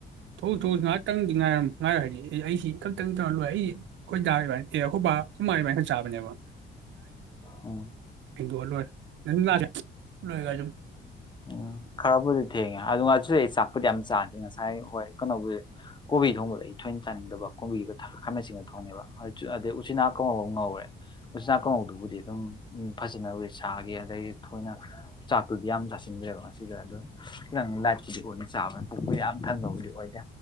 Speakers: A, on the right; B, on the left.
A: ꯊꯣꯛꯣꯡ ꯊꯣꯛꯁꯨ ꯉꯥꯏꯍꯥꯛꯇꯪꯗꯤ ꯉꯥꯏꯔ ꯉꯥꯏꯔꯣꯏ ꯍꯥꯏꯗꯤ ꯑꯩꯁꯤ ꯈꯛꯇꯪ ꯇꯧꯔ ꯂꯣꯏ ꯑꯩꯁꯤ ꯑꯩꯈꯣꯏꯗꯥ ꯑꯦ ꯑꯩꯈꯣꯏ ꯍꯃꯥꯏ ꯑꯗꯨꯥꯏꯅ ꯆꯥꯕꯅꯦꯕ
B: ꯎꯝ
A: ꯍꯤꯟꯗꯣꯛꯑ ꯂꯣꯏꯔꯦ ꯅ ꯂꯦ ꯂꯣꯏ ꯁꯨꯝ
B: ꯎꯝ ꯈꯔꯕꯨꯗꯤ ꯊꯦꯡꯉꯦ ꯑꯗꯨꯒꯗ ꯑꯩ ꯆꯥꯛ ꯊꯛꯄꯗꯤ ꯌꯥꯝ ꯆꯥꯗꯦ ꯉꯁꯥꯏ ꯍꯣꯏ ꯀꯩꯅꯣꯕꯨꯁ ꯀꯣꯕꯤ ꯊꯣꯡꯕꯗ ꯑꯩ ꯊꯣꯏꯅ ꯆꯥꯅꯤꯡꯗꯕ ꯀꯣꯕꯤꯒ ꯈꯥꯃꯦꯟꯁꯤꯡꯒ ꯊꯣꯡꯉꯦꯕ ꯑꯗꯩ ꯎꯆꯤꯅꯥ ꯀꯉꯧ ꯉꯧꯔꯦ ꯎꯆꯤꯅꯥ ꯀꯥꯡꯉꯧꯗꯨꯕꯨꯗꯤ ꯑꯗꯨꯝ ꯐꯖꯅꯕꯨ ꯁꯥꯈꯤ ꯑꯗꯗꯒꯤ ꯊꯣꯏꯅ ꯆꯥꯛꯇꯨꯗꯤ ꯌꯥꯝ ꯆꯥꯁꯤ ꯁꯤꯗꯦꯕ ꯉꯁꯤꯗ ꯑꯗꯨ ꯅꯪ ꯂꯥꯏꯠꯄꯨꯗꯤ ꯑꯣꯏꯅ ꯑꯣꯏꯅ ꯆꯥꯕꯅꯦ ꯄꯨꯄꯨ ꯌꯥꯝ ꯊꯟꯕꯕꯨꯗꯤ ꯑꯣꯏꯗꯦ